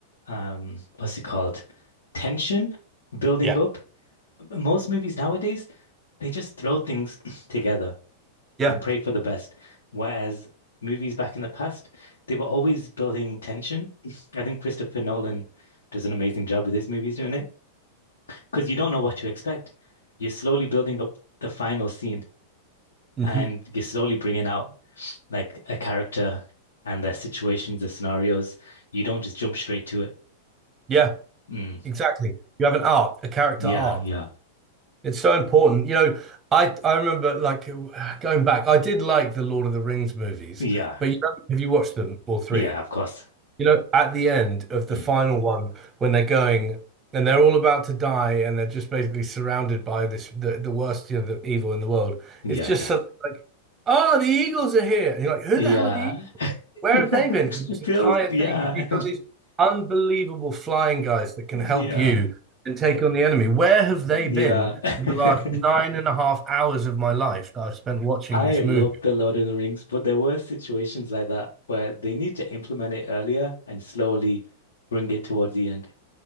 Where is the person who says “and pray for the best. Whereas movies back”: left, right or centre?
Left